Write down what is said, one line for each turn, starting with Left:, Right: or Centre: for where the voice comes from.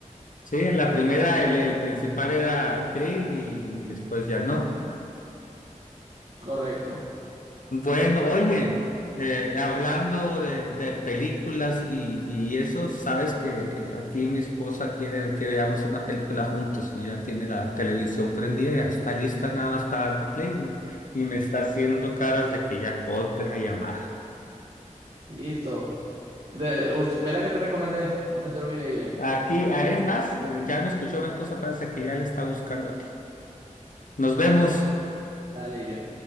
Left: Sí, en la
Right: Algo
Left: primera
Right: así.
Left: el, el principal era Krill y después ya no.
Right: Correcto.
Left: Bueno, oye, eh, hablando de, de películas y, y eso, sabes que aquí mi esposa quiere que veamos una película juntos y ya tiene la televisión prendida, ya está lista nada más para darle play y, y me está haciendo caras de que ya corte la llamada.
Right: Listo. De- de- us- ve la que te recomendé. No se te olvide, Iriam.
Left: Aquí, ah, es más, eh, ya me escuchó mi esposa, parece que ya la está buscando aquí. Nos vemos.
Right: Dale, Iriam.